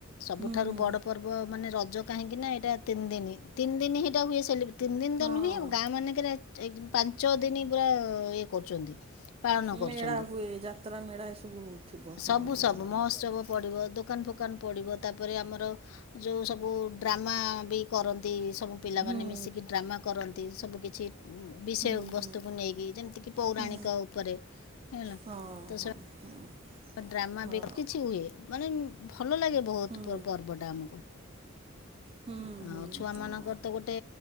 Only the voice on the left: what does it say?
ସବୁଠାରୁ
ବଡ ପର୍ବ ମାନେ ରଜ କାହିଁକି ନା ଏଇଟା ତିନି ଦିନି ତିନି ଦିନ ହେଇଟା ହିଁ ହୁଏ ସେଲିବ୍ରେ ତିନି ଦିନ ତ
ନୁହେଁ ଗାଁ ମାନେଙ୍କରେ ଏକ ପାଁ ପାଞ୍ଚ ଦିନି ପୁରା ଇଏ କରୁଚନ୍ତି ପାଳନ
କରୁଚନ୍ତି।
ସବୁ
ମହୋତ୍ସବ
ପଡ଼ିବ ଦୋକାନ ଫୋକାନ ପଡ଼ିବ ତାପରେ ଆମର ଯୋଉ ସବୁ ଡ୍ରାମା ବି କରନ୍ତି ସବୁ ପିଲାମାନେ
ମିଶିକି ଡ୍ରାମା କରନ୍ତି ସବୁ କିଛି ବିଷୟ
ବସ୍ତୁକୁ
ନେଇକି ଯେମତିକି ପୌରାଣିକ
ଉପରେ। ହେଲା
ତ
ସେ
ଡ୍ରାମା
ବି କିଛି ହୁଏ ମାନେ ଭଲ ଲାଗେ ବହୁତ
ପର୍ବଟା ଆମକୁ।
ଆଉ
ଛୁଆ
ମାନଙ୍କର ତ ଗୋଟେ